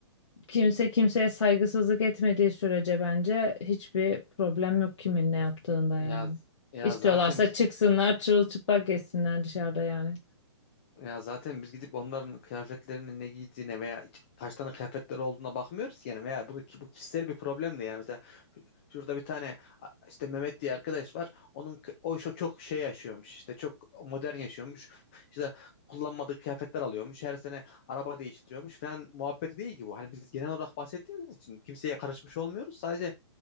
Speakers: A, on the left; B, on the left.
A: kimse kimseye saygısızlık etmediği sürece bence hiçbir problem yok kimin ne yaptığında
B: Ya
A: yani.
B: ya
A: İstiyorlarsa
B: zaten biz
A: çıksınlar, çırılçıplak geçsinler dışarıda yani.
B: Ya zaten biz gidip onların kıyafetlerinin ne giydiğine veya iç- kaç tane kıyafetleri olduğuna bakmıyoruz ki yani veya bunu ki- bu kişisel bir problem de yani mesela şurada bir tane a- işte Mehmet diye arkadaş var. Onun k- o şu çok şey yaşıyormuş. işte çok modern yaşıyormuş. İşte kullanmadığı kıyafetler alıyormuş. Her sene araba değiştiriyormuş falan muhabbeti değil ki bu. Hani biz genel olarak bahsettiğimiz için kimseye karışmış olmuyoruz. Sadece